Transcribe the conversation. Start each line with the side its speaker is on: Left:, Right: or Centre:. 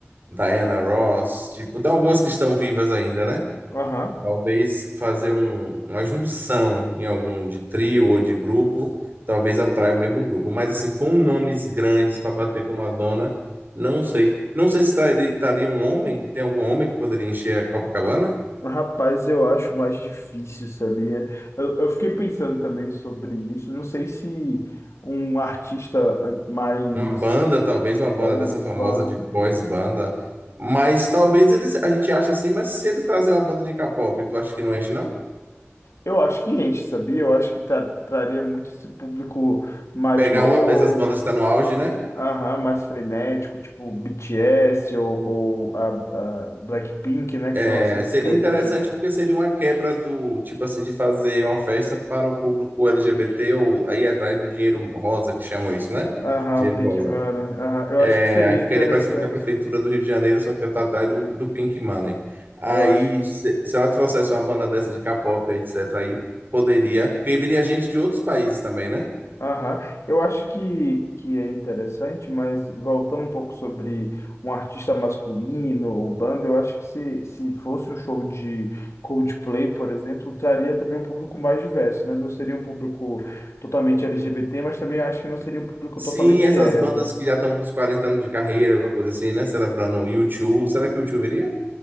Right: Diana Ross, tipo, tem algumas que estão vivas ainda, né?
Left: Aham.
Right: Talvez fazer um- uma junção em algum de trio ou de grupo, talvez atraia o mesmo grupo. Mas assim, com nomes grandes para bater com Madonna, não sei. Não sei se estaria estaria um homem, tem algum homem que poderia encher a Copacabana?
Left: Rapaz, eu acho mais difícil, sabia? Eu, eu fiquei pensando também sobre isso. Não sei se um artista ah, mais
Right: Uma banda, talvez uma banda
Left: urbano.
Right: dessa famosa de boys banda. Mas talvez eles, a gente ache assim, mas se eles trazerem uma banda de K-pop, tu acha que não enche, não?
Left: Eu acho que enche, sabia? Eu acho que tra- traria muito esse público mais
Right: Pegar
Left: novo.
Right: uma dessas bandas que está no auge, né?
Left: Aham, mais frenético, tipo BTS ou, ou a, a Blackpink, né? Que
Right: É,
Left: são essas
Right: seria
Left: que,
Right: interessante
Left: que bom.
Right: porque seria uma quebra do tipo assim de fazer uma festa para o público LGBT ou aí atrás do dinheiro rosa que chamam isso, né?
Left: Aham,
Right: Dinheiro
Left: o Pink
Right: rosa.
Left: Mara. Aham, eu
Right: É,
Left: acho que seria
Right: aí ficaria
Left: interessante.
Right: parecido com a prefeitura do Rio de Janeiro, só que tá atrás do, do Pink Money. Aí
Left: Eu acho.
Right: se, se ela trouxesse uma banda dessa de K-pop, etc, aí poderia, porque viria gente de outros países também, né?
Left: Aham, eu acho que, que é interessante, mas voltando um pouco sobre um artista masculino ou banda, eu acho que se, se fosse um show de Coldplay, por exemplo, traria também um público mais diverso, né? Não seria um público totalmente LGBT, mas também acho que não seria um público
Right: Sim,
Left: totalmente
Right: essas
Left: hétero.
Right: bandas que já estão com uns 40 anos de carreira, alguma coisa assim, né? Celebrando o U2, será que o U2 viria?